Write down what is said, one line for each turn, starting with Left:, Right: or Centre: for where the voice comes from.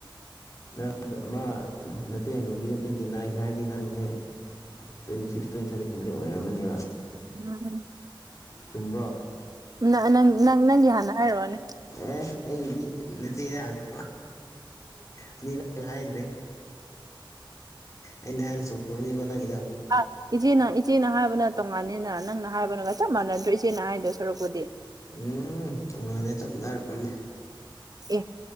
Left: ꯅꯪ <unintelligible> ꯑꯃꯥ ꯅ ꯅ ꯏꯆꯦ ꯑꯅꯨꯕꯤꯗ ꯇ꯭ꯋꯦꯟꯇꯤ ꯅꯥꯏꯟ ꯍꯥꯏꯔꯗꯤ ꯅꯪꯁꯦ ꯇ꯭ꯋꯦꯟꯇꯤ ꯁꯤꯛꯁ ꯇ꯭ꯋꯦꯟꯇꯤ ꯁꯚꯦꯟꯗꯤ ꯑꯣꯏꯔꯝꯃꯅꯤꯕ
Right: ꯎꯝꯍꯝ
Left: ꯆꯨꯝꯕ꯭ꯔꯣ
Right: ꯅꯥꯑ ꯅꯪ ꯅꯪꯪ ꯅꯪꯒꯤ ꯍꯥꯟꯅ ꯍꯥꯏꯔꯛꯑꯣꯅꯦ
Left: ꯑꯦ ꯑꯩꯗꯤ ꯅꯆꯦꯅ ꯍꯪꯉꯣ ꯑꯅꯤꯔꯛ ꯍꯥꯏꯗ꯭ꯔꯦ ꯑꯩꯅ ꯍꯥꯢꯗꯤ ꯆꯨꯝꯃꯝꯅꯤꯀꯣ ꯅꯪꯒꯤꯗꯣ
Right: ꯑꯥ ꯏꯆꯦꯅ ꯏꯆꯦꯅ ꯍꯥꯏꯕꯅ ꯇꯣꯡꯉꯥꯟꯅꯤꯅ ꯅꯪꯅ ꯍꯥꯏꯕꯅꯒ ꯆꯞ ꯃꯥꯟꯅꯗ꯭ꯔꯣ ꯏꯆꯦꯅ ꯍꯥꯏꯗꯣꯏ ꯁꯔꯨꯛꯄꯨꯗꯤ
Left: ꯎꯝ ꯇꯣꯉꯥꯜꯗꯦ ꯆꯞ ꯃꯥꯟꯅꯔꯝꯅꯤ
Right: ꯑꯦ